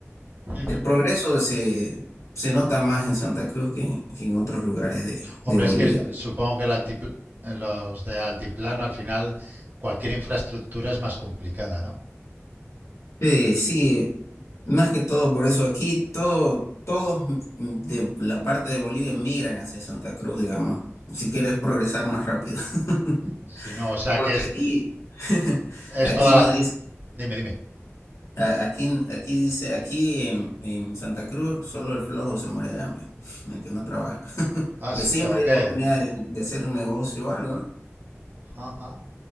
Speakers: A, on the right; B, on the left.
A: ujú.
B: El progreso se, se nota más en Santa Cruz que en, que en otros lugares de,
A: Hombre,
B: de Bolivia.
A: es que s- supongo que el altipl- en los de altiplano al final cualquier infraestructura es más complicada, ¿no?
B: Sí, sí, más que todo por eso aquí todo, todos mm, de la parte de Bolivia migran hacia Santa Cruz, digamos, si quieres progresar más rápido. <laughs>
A: Si no, o sea
B: Porque
A: que es,
B: aquí, <laughs>
A: es
B: aquí
A: toda la...
B: no dice,
A: Dime, dime.
B: a- aquí, aquí dice, aquí en, en Santa Cruz solo el flojo se muere de hambre, el que no trabaja. <laughs>
A: Ah,
B: Porque
A: sí,
B: siempre
A: ¿o
B: hay
A: qué?
B: oportunidades de, de hacer un negocio o algo, ¿no?
A: Ajá.